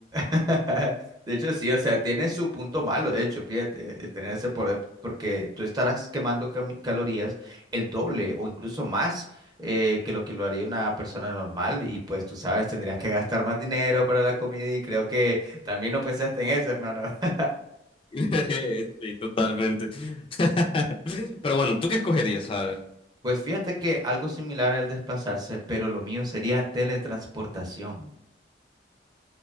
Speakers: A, on the right; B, on the left.
A: <laughs> De hecho, sí, o sea, tiene su punto malo, de hecho, fíjate, el tener ese poder, porque tú estarás quemando cami- calorías el doble o incluso más eh, que lo que lo haría una persona normal y pues tú sabes, tendrías que gastar más dinero para la comida y creo que también no pensaste en eso, hermano. <laughs>
B: <laughs> Sí, totalmente. <laughs> Pero bueno, ¿tú qué escogerías? A ver.
A: Pues fíjate que algo similar al desplazarse, pero lo mío sería teletransportación.